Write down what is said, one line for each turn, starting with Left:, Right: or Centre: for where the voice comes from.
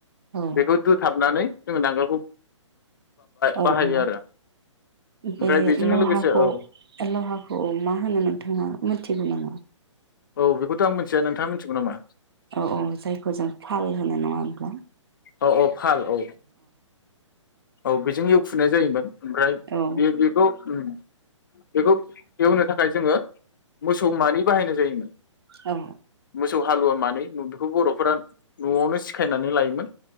Right: औ
Left: बेखौ दुथाबनानै। जोङो नांगोलखौ।
Right: औ
Left: बाहायो
Right: औ
Left: आरो
Right: बे
Left: ओमफ्राय बेजोंनो
Right: लहाखौ
Left: लोगोसे औ
Right: लहाखौ मा होनो नोंथाङा मिथिगौ नामा?
Left: औ बेखौथ' आं मिथिया नोंथाङा मिथिगौ नामा
Right: औ औ जायखौ जों फाल होनो नङा
Left: औ अ। फाल औ। औ बेजों एवफुनाय जायोमोन ओमफ्राय
Right: औ
Left: बे बेखौ उम बेखौ एवनो थाखाय जोङो मोसौमानि बाहायनाय जायोमोन।
Right: औ।
Left: मोसौ हालुवा मानै बेखौ बर'फोरा नआवनो सिखायनानै लायोमोन।